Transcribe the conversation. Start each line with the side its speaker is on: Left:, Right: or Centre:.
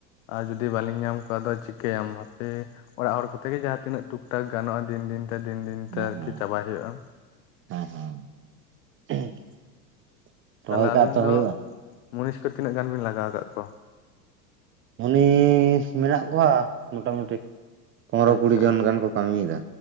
Left: ᱟᱨ ᱡᱩᱫᱤ ᱵᱟᱹᱞᱤᱧ ᱧᱟᱢ ᱠᱚᱣᱟ ᱟᱫᱚ ᱪᱤᱠᱟᱹᱭᱟᱢ ᱦᱟᱯᱮ᱾ ᱚᱲᱟᱜ ᱦᱚᱲ ᱠᱚᱛᱮ ᱜᱮ ᱡᱟᱦᱟᱸ ᱛᱤᱱᱟᱹᱜ ᱴᱩᱠ ᱴᱟᱠ ᱜᱟᱱᱚᱜ-ᱟ ᱫᱤᱱ ᱫᱤᱱᱛᱮ ᱫᱤᱱ ᱫᱤᱱᱛᱮ
Right: ᱦᱮᱸ ᱦᱮᱸ
Left: ᱟᱨᱠᱤ ᱪᱟᱵᱟᱭ ᱦᱩᱭᱩᱜ-ᱟ᱾
Right: <unintelligible>
Left: ᱛᱟᱦᱞᱮ
Right: ᱠᱟᱜ
Left: ᱟᱵᱤᱱ
Right: ᱛᱚ
Left: ᱫᱚ
Right: ᱦᱩᱭᱩᱜᱼᱟ
Left: ᱢᱩᱱᱤᱥ ᱠᱚ ᱛᱤᱱᱟᱹᱜ ᱜᱟᱱ ᱵᱤᱱ ᱞᱟᱜᱟᱣ ᱠᱟᱜ ᱠᱚᱣᱟ?
Right: ᱢᱩᱱᱤᱥ ᱢᱮᱱᱟᱜ ᱠᱚᱣᱟ ᱢᱚᱴᱟ ᱢᱩᱴᱤ ᱯᱚᱱᱫᱨᱚ
Left: ᱟᱪᱪᱷᱟ
Right: ᱠᱩᱲᱤ ᱡᱚᱱ
Left: ᱟᱪᱪᱷᱟ
Right: ᱜᱟᱱ ᱠᱚ ᱠᱟᱹᱢᱤᱭᱮᱫᱟ᱾